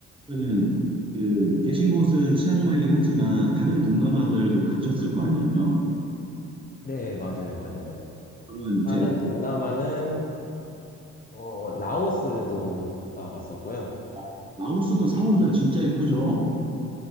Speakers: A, on the right; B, on the left.
A: 그러면은
B: 여기가.
A: 그 계신 곳은 치앙마이긴 하지만 다른 동남아들도 가셨을 거 아니에요?
B: 네, 맞아요, 맞아요.
A: 그러면 이제
B: 다른 동남아는 어, 라오스도 갔다 와봤었고요.
A: 어, 라오스도 사원들 진짜 예쁘죠?